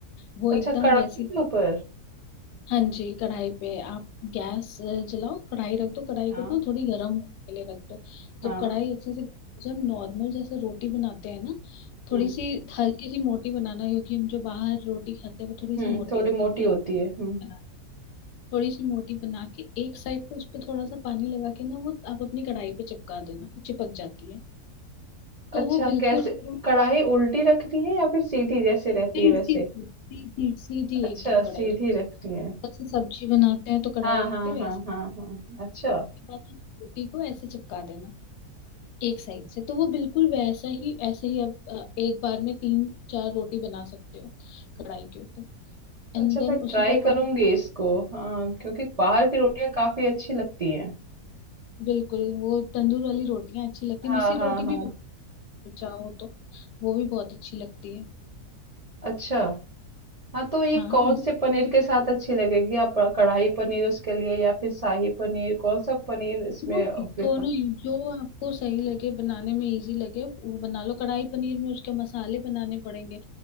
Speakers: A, on the left; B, on the right.
A: वो
B: अच्छा
A: एकदम
B: कढ़ाई
A: वैसी
B: के ऊपर
A: हाँ जी कढ़ाई पे आप गैस अ, जलाओ कढ़ाई रख दो कढ़ाई
B: हाँ
A: को ना थोड़ी गर्म होने के लिए रख दो
B: हाँ
A: जब कढ़ाई अच्छे से जब नॉर्मल जैसे रोटी बनाते हैं ना
B: हम्म
A: थोड़ी सी हल्की सी मोटी बनाना क्योंकि हम जो बाहर रोटी खाते हैं वो थोड़ी
B: हम्म
A: सी मोटी
B: थोड़ी
A: होती
B: मोटी
A: है हम घर
B: होती है हम्म
A: बना थोड़ी सी मोटी बना के एक साइड पे उस पे थोड़ा सा पानी लगा के ना वो आप अपनी कढ़ाई पे चिपका देना वो चिपक जाती है तो
B: अच्छा
A: वो बिल्कुल
B: कैसे
A: फिर वो
B: कढ़ाई उल्टी रखती है या फिर सीधी जैसे रहती
A: सीधी
B: है वैसे
A: सीधी सीधी सीधी
B: अच्छा
A: एकदम कढ़ाई
B: सीधी
A: रख
B: रखती है
A: जैसे सब्जी बनाते हैं तो कढ़ाई
B: हाँ हाँ
A: रखते हैं
B: हाँ
A: वैसे
B: हाँ हाँ अच्छा
A: बाकी रोटी को ऐसे चिपका देना एक साइड से तो वो बिल्कुल वैसा ही ऐसे ही आप अ, एक बार में तीन चार रोटी बना सकते हो कढ़ाई के ऊपर एंड
B: अच्छा
A: देन
B: मैं ट्राई
A: उसी को
B: करूंगी
A: वही
B: इसको हाँ क्योंकि बाहर की रोटियां काफी अच्छी लगती हैं
A: बिल्कुल वो तंदूर वाली रोटियां अच्छी लगती
B: हाँ
A: है। मिस्सी
B: हाँ
A: रोटी
B: हाँ
A: भी चाहो तो वो भी बहुत अच्छी लगती है
B: अच्छा हाँ तो ये
A: हाँ
B: कौन
A: मिस्सी
B: से पनीर के साथ अच्छी लगेगी आप कढ़ाई पनीर उसके लिए या फिर शाही पनीर कौन सा पनीर इसमें
A: दोनों
B: प्रेफर
A: दोनों ही, जो आपको सही लगे बनाने में इजी लगे वो बना लो कढ़ाई पनीर में उसके मसाले बनाने पड़ेंगे